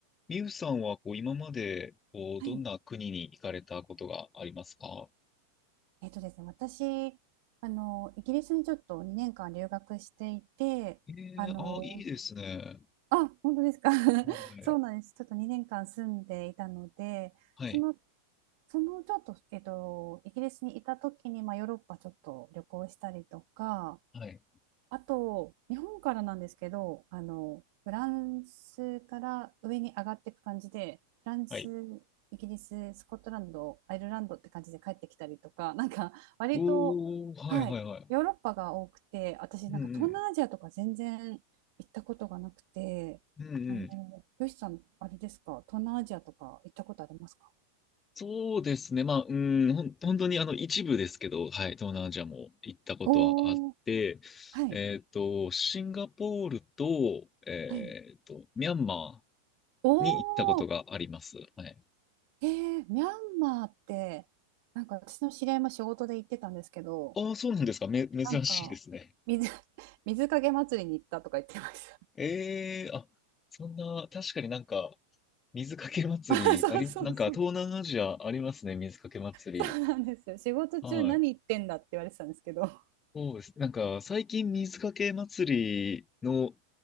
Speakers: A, on the left; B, on the right.
A: みゆさんはこう今までこうどんな国に行かれたことがありますか
B: はい。えっとですね、私、あの、イギリスにちょっと2年間留学していて、
A: ええあ、
B: あの、
A: いいですね。
B: あ、本当ですか。<laughs>
A: はい。
B: そうなんです。ちょっと2年間住んでいたので、
A: はい。
B: その、そのちょっと、えっと、イギリスにいた時に、まあ、ヨーロッパちょっと旅行したりとか、
A: はい。
B: あと、日本からなんですけど、あの、フランスから上に上がっていく感じで、フランス、
A: はい。
B: イギリス、スコットランド、アイルランドって感じで帰ってきたりとか、<laughs> なんか割と、
A: おー、
B: はい、
A: はいはいはい。
B: ヨーロッパが多くて、私なんか東南アジアとか全然行ったことがなくて、
A: うんうん。うんうん。
B: あの、よしさん、あれですか、東南アジアとか行ったことありますか
A: そうですね。まあ、うん、ほん、本当にあの一部ですけど、はい、東南アジアも行ったことはあって、
B: おー、はい、
A: えっと、シンガポールと、えっと、
B: はい。
A: ミャンマ
B: おー、
A: ーに行ったことがあります。はい。
B: えー、ミャンマーって、なんか私の知り合いも仕事で行ってたんですけど、
A: ああ、そうなんですか。め、珍しいですね。
B: なんか、水、<laughs> 水かけ祭りに行ったとか言ってました。
A: ええあ、そんな、確かになんか、水かけ祭り、
B: <laughs> あそうそうそう。
A: あり、なんか東南アジアありますね、水かけ祭り。
B: そうなんですよ。仕事中何言ってんだって言われてたんですけど。
A: はい。そうです。なんか、最近水かけ祭りの、